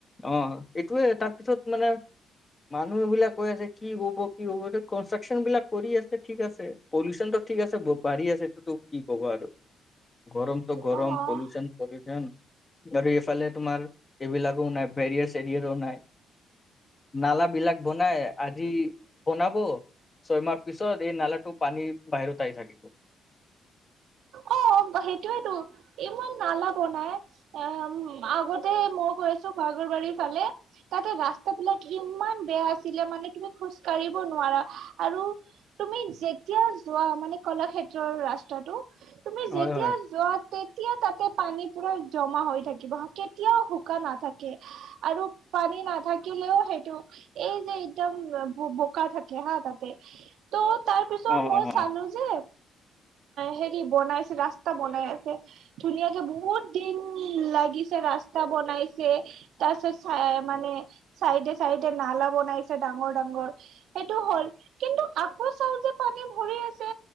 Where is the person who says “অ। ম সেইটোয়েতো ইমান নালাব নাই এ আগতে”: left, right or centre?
Right